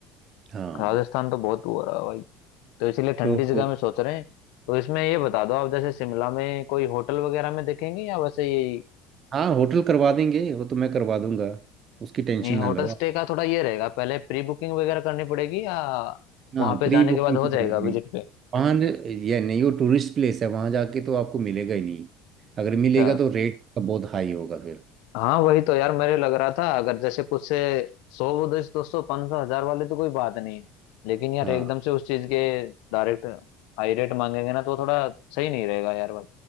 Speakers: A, on the right; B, on the left.
A: हाँ
B: राजस्थान तो बहुत हो रहा है भाई तो इसीलिए ठंडी
A: तो
B: जगह में सोच रहे हैं तो इसमें ये बता दो आप जैसे शिमला में कोई होटल वगैरह में देखेंगे या वैसे ये
A: हाँ होटल करवा देंगे वो तो मैं करवा दूंगा उसकी टेंशन
B: नहीं
A: ना
B: होटल
A: लो
B: स्टे का थोड़ा ये रहेगा पहले प्री बुकिंग वगैरह करनी पड़ेगी या
A: हाँ
B: वहां पे
A: प्री
B: जाने
A: बुकिंग
B: के बाद हो
A: तो
B: जाएगा
A: करनी पड़ेगी
B: विजिट पे
A: वहाँ ज- ये नहीं वो टूरिस्ट प्लेस है वहाँ जाके तो आपको मिलेगा ही नहीं अगर
B: अच्छा
A: मिलेगा तो रेट का बहुत हाई होगा फिर
B: हाँ वही तो यार मेरे लग रहा था अगर जैसे कुछ से सौ दो सौ पाँच सौ हजार वाले तो कोई बात नहीं लेकिन यार
A: हाँ
B: एकदम से उस चीज के डायरेक्ट हाई रेट मांगेंगे ना तो थोड़ा सही नहीं रहेगा यार भाई